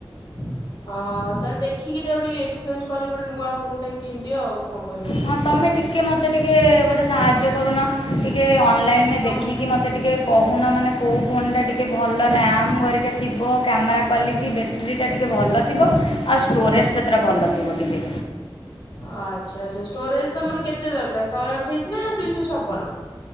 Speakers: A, on the left (about 50°); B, on the left (about 75°).
A: <unintelligible> ହଁ, ତାହେଲେ ଦେଖିକି ତାକୁ ଟିକେ ଏକ୍ସଚେଞ୍ଜ କରିକି। ଗୋଟେ ନୂଆ ଫୋନ ଟେ କିଣିଦିଅ ଆଉ କଣ କରିବ।
B: ହଁ, ତମେ ଟିକେ ମତେ ଟିକେ ଗୋଟେ ସାହାଯ୍ୟ କରୁନ? ଟିକେ ଅନଲାଇନ୍ ରେ
A: କଣ?
B: ଦେଖିକି ମତେ ଟିକେ କହୁନ, ମାନେ କୋଉ ଫୋନ ଟା ଟିକେ ଭଲ ରାମ ହରିକା କ ଥିବ କ୍ୟାମେରା କ୍ୱାଲିଟି ବେଟ୍ରି ଟା ଟିକେ ଭଲ ଥିବ। ଆଉ ଷ୍ଟୋରେଜ୍ ଟା ତାର ଭଲ ଥିବ ଟିକେ।
A: ଆଚ୍ଛା ଆଚ୍ଛା। ଷ୍ଟୋରେଜ୍ ତମର କେତେ ଦରକାର, ଶହେ ଅଠେଇଶି ନା ଦୁଇଶ ଛପନ?